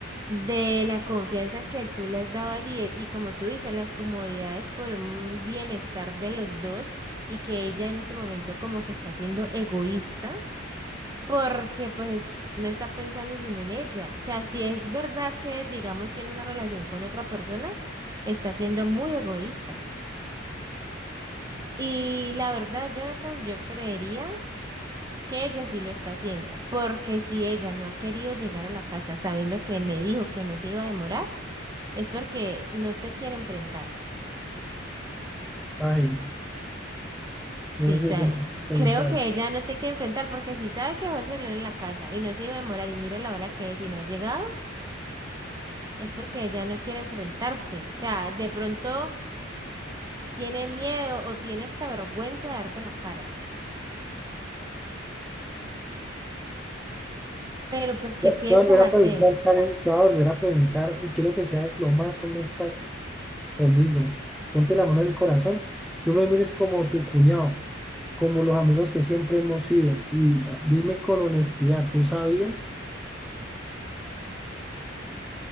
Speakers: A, on the right; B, in the centre.
A: De la confianza que tú le has dado allí eh, y como tú dices, las comodidades por un bienestar de los dos y que ella en este momento como que está siendo egoísta porque pues no está pensando sino en ella. O sea, si es verdad que, digamos, tiene una relación con otra persona, está siendo muy egoísta. Y la verdad, Jonathan, yo creería que ella sí lo está haciendo, porque si ella no ha querido llegar a la casa sabiendo que me dijo que no se iba a demorar, es porque no te quiere enfrentar.
B: ay,
A: Sí,
B: no sé
A: o sea,
B: qué pensar.
A: creo que ella no te quiere enfrentar porque si sabe que dejó el celular en la casa y no se iba a demorar y mira la hora que es y no ha llegado. es porque ya no quiere enfrentarte. O sea, de pronto tiene miedo o tiene esta vergüenza de darte la cara. Pero pues, ¿qué
B: Te
A: piensas
B: voy a volver
A: hacer?
B: a preguntar, Karen, te voy a volver a preguntar y quiero que seas lo más honesta conmigo. Ponte la mano en el corazón. No me mires como tu cuñado, como los amigos que siempre hemos sido. Y dime con honestidad, ¿tú sabías?